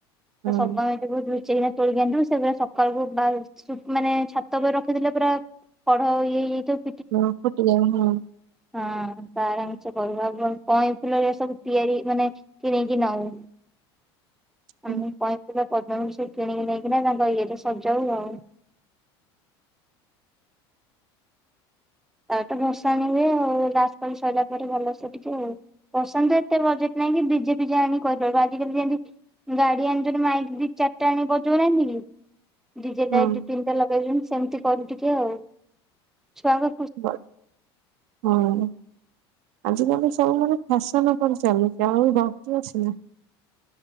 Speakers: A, in the centre; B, on the right.
A: ତ
B: ହୁଁ।
A: ସବୁ ଆମେ ଫୁଲକୁ ଲୁଚେଇକିନା ତୋଳିକି ଆଣିଥିବୁ ସେଗୁଡା ସକାଳକୁ ମାଳ ଶୁ-ମାନେ ଛାତ ଉପରେ ରଖିଦେଲେ ପୁରା କଢ ଇଏ ହେଇ ଯାଇଥିବ।
B: ହଁ ଫୁଟିଯାଏ ହଁ।
A: ହଁ ତା ଆରାମସେ କରିହବ କଇଁ ଫୁଲରେ ସବୁ ତିଆରି ମାନେ କିଣିକି ନାଉଁ।
B: ହଁ
A: ଆମେ କଇଁଫୁଲ ପଦ୍ମଫୁଲ ସବୁ କିଣିକି ନେଇକିନା ତାଙ୍କ ଇଏରେ ସଜାଉ ଆଉ। ତାପରେ ଭସାଣି ହୁଏ ଆଉ ଲାଷ୍ଟ ପାଳି ସରିଲା ପରେ ଭଲସେ ଟିକେ ଆଉ ଭସାଣି ତ ଏତେ ବଜେଟ୍ ଆଣିକି ଡିଜେ ଫିଜେ ଆଣିକି କରିପାରିବୁ ଆଜିକାଲି ଯେମିତି ଗାଡି ଆଣିଛନ୍ତି ମାଇକ୍ ଦି ଚାରିଟା ଆଣିକି ବଜଉ ନାହାନ୍ତି କି? ଡିଜେ
B: ହଁ।
A: ଲାଇଟ୍ ଦି ତିନିଟା ଲଗେଇଛନ୍ତି ସେମିତି କରୁ ଟିକେ ଆଉ ଛୁଆ ଙ୍କ
B: <unintelligible> ହଁ ଆଜିିକାଲି ସବୁମାନେ <unintelligible> ଚାଲୁଛି ଆଉ ଭକ୍ତି ଅଛି ନା